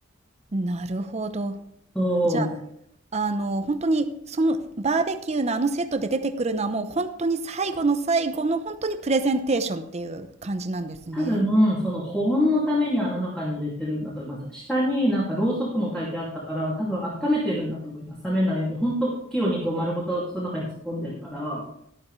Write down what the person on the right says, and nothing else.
なるほど。
じゃあ、あの、本当に、そのバーベキューのあのセットで出てくるのはもう本当に最後の最後の本当にプレゼンテーションっていう感じなんですね。